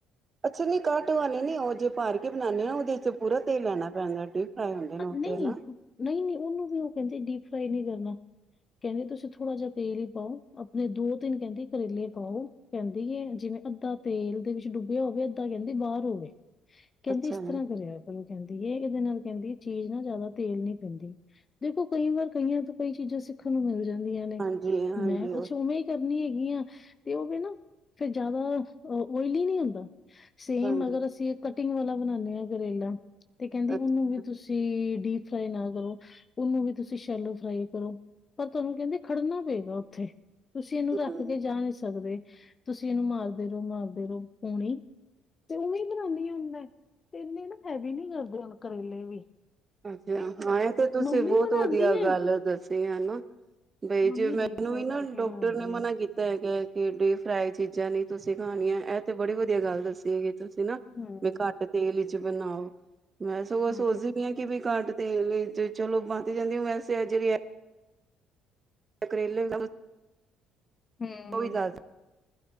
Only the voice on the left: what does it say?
ਹਾਂ
ਨਹੀ-ਨਹੀ-ਨਹੀ
ਉਹਨੂੰ ਵੀ ਉਹ ਕਹਿੰਦੇ ਡੀਪ ਫਰਾਈ ਨਹੀ ਕਰ ਕਹਿੰਦੀ ਤੁਸੀਂ ਥੋੜਾ ਜਹਾ ਤੇਲ ਹੀ ਪਾਓ ਆਪਣੇ ਦੋ ਤਿੰਨ ਕਹਿੰਦੀ ਕਰੇਲੇ ਪਾਓ ਕਹਿੰਦੀ ਹੈ, ਜਿਵੇਂ ਅੱਧਾ ਤੇਲ ਦੇ ਵਿੱਚ ਡੁੱਬਿਆ ਹੋਵੇ ਅੱਧਾ ਕਹਿੰਦੀ ਬਾਹਰ ਹੋਵੇ ਕਹਿੰਦੀ
ਇਸ
ਤਰ੍ਹਾਂ ਕਰਿਆ ਕਰੋ ਕਹਿੰਦੀ ਇਹ ਦੇ ਨਾਲ ਕਹਿੰਦੀ ਚੀਜ਼ ਨਾ ਜ਼ਿਆਦਾ ਤੇਲ ਨਹੀ ਪੈਂਦੀ ਦੇਖੋ ਕਈ ਵਾਰ ਕਈਆਂ ਤੋਂ ਕਈ ਚੀਜ਼ਾਂ ਸਿੱਖਣ ਨੂੰ ਮਿਲਦੀ ਜਾਂਦੀਆਂ ਨੇ
ਮੈਂ, ਮੈਂ ਪੁੱਛਿਆ ਨਹੀ ਕਰਨੀ ਹੈਗੀਆਂ ਤੇ ਉਹ ਵੀ ਨਾ ਫੇਰ ਜ਼ਿਆਦਾ ਓਇਲੀ ਨੀ ਹੁੰਦਾ ਸੇਮ
ਅਗਰ ਅਸੀਂ ਕਟਿੰਗ ਵਾਲਾ ਬਣਾਨੇ ਹਾਂ ਕਰੇਲਾ ਤੇ ਕਹਿੰਦੀ
ਉਹਨੂੰ ਵੀ ਡੀਪ ਫਰਾਈ ਨਾ ਕਰੋ ਉਹਨੂੰ ਵੀ ਤੁਸੀਂ ਸ਼ੈਲੋ ਫਰਾਈ ਕਰੋ ਪਰ ਤੁਹਾਨੂੰ ਕਹਿੰਦੇ ਖੜਨਾ ਪਏਗਾ ਉੱਥੇ ਤੁਸੀਂ ਇਹਨੂੰ
ਰੱਖ ਕੇ ਜਾ ਨਹੀਂ ਸਕਦੇ ਤੁਸੀਂ ਇਹਨੂੰ ਮਾਰਦੇ ਰਹੋ ਮਾਰਦੇ ਰਹੋ ਪੂਣੀ ਤੇ ਉਵੇਂ ਬਣਾਉਾਨਦੀ ਹ ਹੁਣ ਮੈਂ <unintelligible> ਇਨੇੱ ਨਾ ਹੈਵੀ ਨੀ ਕਰਦਾ ਕਰੇਲੇ ਵੀ <unintelligible>
ਮੰਮੀ
ਬਣਾਉਂਦੀ
ਏ
ਮੰਮੀ
ਡੀਪ ਫਰਾਈ
ਕਰਕੇ
ਬਣਾਉਂਦੀ
ਹੈ
ਹਮ
ਹਮ
ਹਮ